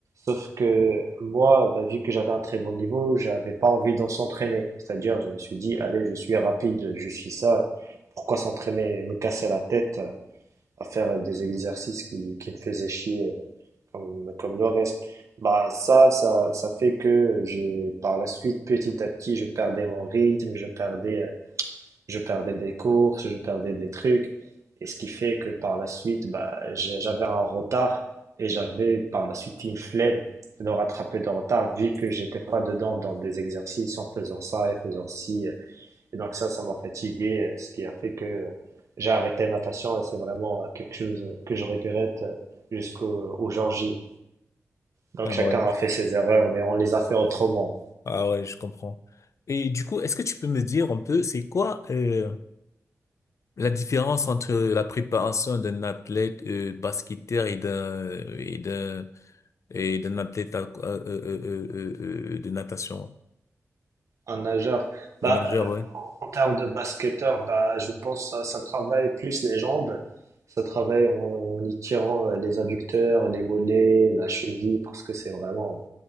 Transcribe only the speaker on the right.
sauf que moi, bah, vu que j'avais un très bon niveau, j'avais pas envie d'en s'entraîner. C'est-à-dire, je me suis dit, allez, je suis rapide, je suis ça, pourquoi s'entraîner, me casser la tête? à faire des exercices qui, qui me faisaient chier euh, comme, comme le reste. Bah ça, ça, ça fait que j'ai, par la suite, petit à petit, je perdais mon rythme, je perdais, euh, je perdais des courses, je perdais des trucs, et ce qui fait que par la suite, bah, j'ai- j'avais un retard et j'avais par la suite une flemme de rattraper le retard vu que j'étais pas dedans dans des exercices en faisant ça et faisant ci. euh, et donc ça, ça m'a fatigué, euh, ce qui a fait que j'ai arrêté la natation et c'est vraiment euh, quelque chose que je regrette euh, jusqu'au au jour J. Donc
chacun
a fait ses erreurs, mais on les a fait autrement.
Un nageur.
Bah,
euh,
en termes de basketteur, bah, je pense que ça, ça travaille plus les jambes. Ça travaille en, en y tirant euh, les adducteurs, les mollets, la cheville, parce que c'est vraiment